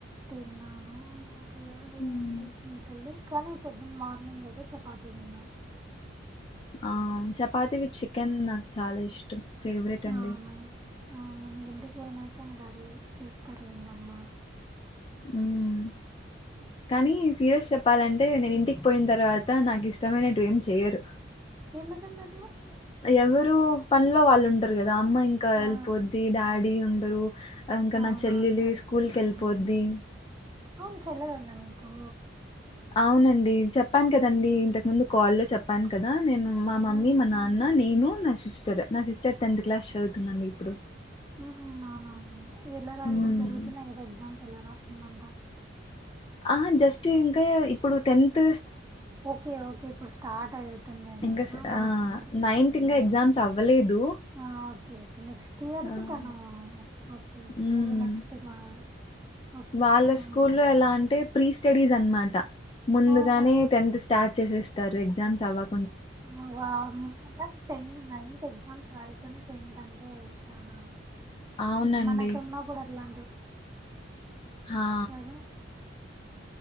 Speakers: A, on the right; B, on the left.
A: తిన్నాను ఇంక ఆకలైంది
B: మ్మ్
A: ఇంతలు కను పోద్దున్ మార్నింగ్ అయితే చపాతి తిన్నాను
B: ఆ చపాతి విత్ చికెన్ నాక్ చాలా ఇష్టం ఫేవ్రేట్ అండి
A: అవునా ఆ ఇంటికి పోయినాక ఇంక అదే చూస్తార్లేండి అమ్మా
B: ఉమ్ కానీ సీరియస్ చెప్పాలంటే నేను ఇంటికి పోయిన తర్వాత నాకు ఇష్టమైనటువి ఏం చెయరు
A: ఎందుకండట్ల
B: ఎవరు పనిలో వాళ్ళు ఉంటారు కదా అమ్మ ఇంకా వెళ్ళిపోద్ది
A: ఆ
B: డాడీ ఉండరు ఇంక
A: అవునవును
B: నా చెల్లెలి
A: కరెక్టే
B: స్కూల్కి వెళ్ళిపోద్ది
A: ఉమ్, అవును చెల్లెల్ ఉందా మీకు
B: అవునండి చెప్పాను కదండి ఇంతకు ముందు కాల్ లొ చెప్పాను కదా నేను మా
A: ఉహు
B: మమ్మీ మా నాన్న నేను నా సిస్టర్ నా సిస్టర్ టెన్త్ క్లాస్ చదువుతుందండి ఇప్పుడు
A: ఊ హు అవునవునుండి ఎలా రా
B: హ్మ్.
A: ఇప్పుడు జరుగుతున్నయి కదా ఎగ్జామ్స్ ఎలా రాస్తూ మేమంత
B: ఆహ జస్ట్ ఇంకె ఇప్పుడు టెన్త్
A: ఓకె ఓకె ఇప్పుడు స్టార్ట్ ఉంటుందేమో
B: ఇంకా
A: కదా
B: స్ ఆ!
A: ఓకే ఉమే
B: ఇంకా ఎగ్జామ్స్ అవ్వలేదు.
A: ఆ ఓకే ఓకే నెక్స్ట్ ఇయర్
B: ఆ!
A: కి తను ఓకేఓకే
B: ఉమ్
A: అదే నెక్స్ట్ మా ఓకే
B: వాళ్ళ
A: ఉమ్.
B: స్కూల్లో ఎలా అంటే ప్రీ స్టడీస్ అన్మాట ముందుగానె
A: ఓహో
B: టెన్త్ స్టార్ట్ చేసే స్ తరే ఎగ్జామ్స్ అవ్వ
A: ము వారం ఉండర్ టెన్ నైన్త్ ఎగ్జామ్స్ రాయకనే టెన్త్ అంటే చానా
B: అవునండి
A: ఇది మనకు ఉన్నప్పుడు అట్లా
B: హా
A: కదా